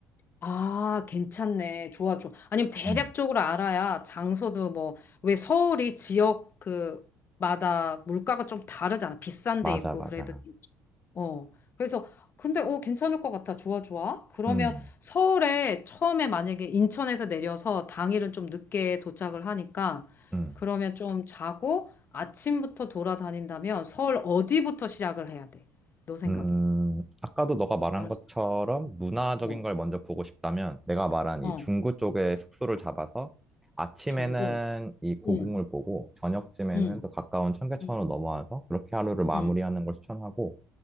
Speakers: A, on the left; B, in the centre.
A: 아, 괜찮네. 좋아, 좋아. 아니면 대략적으로
B: 음,
A: 알아야 장소도 뭐, 왜 서울이 지역 그, 마다 물가가 좀 다르잖아. 비싼
B: 맞아,
A: 데 있고,
B: 맞아.
A: 그래도. 어. 그래서, 근데, 어, 괜찮을 것 같아. 좋아, 좋아. 그러면
B: 음,
A: 서울에 처음에 만약에 인천에서 내려서 당일은 좀 늦게 도착을 하니까,
B: 음,
A: 그러면 좀 자고 아침부터 돌아다닌다면 서울 어디부터 시작을 해야 돼? 너 생각에.
B: 음. 아까도 너가 말한
A: 장-
B: 것처럼 문화적인
A: 어,
B: 걸 먼저 보고 싶다면 내가 말한
A: 어,
B: 이 중구 쪽에 숙소를 잡아서 아침에는
A: 중국.
B: 이 고궁을
A: 응,
B: 보고 저녁쯤에는
A: 응,
B: 또 가까운 청계천으로
A: 응.
B: 넘어와서 그렇게 하루를 마무리하는
A: 응,
B: 걸 추천하고